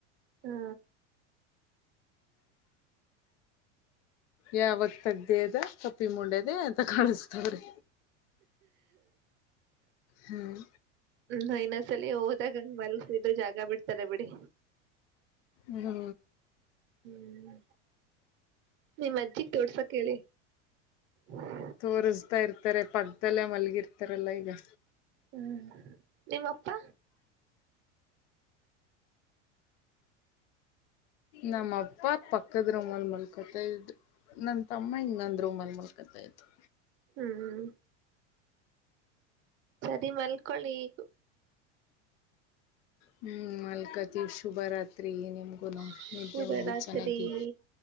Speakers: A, on the right; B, on the left.
A: ಹಾ
B: ಯಾವಾಗ್ ತಗ್ದಿ ಅದ. ಕಪ್ಪಿ ಮುಂಡೆದೆ ಕಾಣಿಸತ್ತವ್ರೆ ಹ್ಮ್
A: ಹ್ಮ ಹ ಇನ್ನ ಸಲ ಹೋದಾಗಂಗ ಮಲ್ಸಿದ ಜಾಗ ಬಿಡ್ತಾರೆ ಬಿಡಿ
B: ಹ್ಞೂ
A: ಹ್ಮ್ ನೀಮ್ ಅಜ್ಜಿಗ್ ತೋಡ್ಸಕ್ ಹೇಳಿ. ಹ
B: ತೋರಿಸ್ತಾ ಇರ್ತಾರೆ ಪಕ್ಕದಲ್ಲೇ ಮಲ್ಗಿರ್ತಾರಲ್ಲ ಈಗ.
A: ಹ್ಮ್ ನಿಮ್ಮಪ್ಪ?
B: ನಮ್ಮ ಅಪ್ಪ ಪಕ್ಕದ ರೂಮಲ್ ಮಲ್ಕೊತ ಇದ್ರು ನನ್ ತಮ್ಮ ಇನ್ನೊಂದ್ ರೂಮಲ್ ಮಲ್ಕೊತ ಇದ್ರು.
A: ಹ್ಮ್ ಹ್ಮ್ ಸರಿ ಮಲ್ಕೊಳ್ಳಿ ಈಗ
B: ಹ್ಮ್ ಮಲ್ಕತಿವ್ ಶುಭರಾತ್ರಿ ನಿಮ್ಗುನು
A: ಶುಭರಾತ್ರಿ
B: ನಿದ್ದೆ ಮಾಡಿ ಚೆನ್ನಾಗಿ